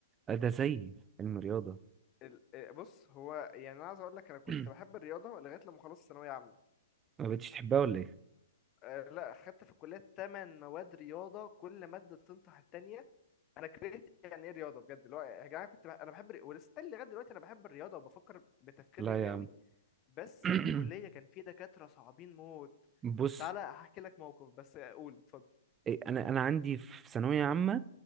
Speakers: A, on the right; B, on the left.
A: آه، ده زي علم رياضه
B: ال- آه، بص هو يعني انا عايز اقول لك انا كنت
A: <clears throat>
B: بحب الرياضه لغايه لما خلصت ثانويه عامه
A: ما بقتش تحبها ولا ايه
B: أه لا خدت في الكليه 8 مواد رياضه كل ماده تنطح التانيه انا كرهت يعني ايه رياضه بجد اللي هو يا جماعه كنت بح... انا بحب ولسه لغايه دلوقتي انا بحب الرياضه وبفكر بتفكير
A: لا
B: رياضي
A: يا
B: قوي
A: عم
B: بس
A: <clears throat>
B: في الكليه كان في دكاتره صعبين موت
A: بص
B: تعالى هحكي لك موقف بس اقول اتفضل
A: إيه، انا انا عندي في ثانويه عامه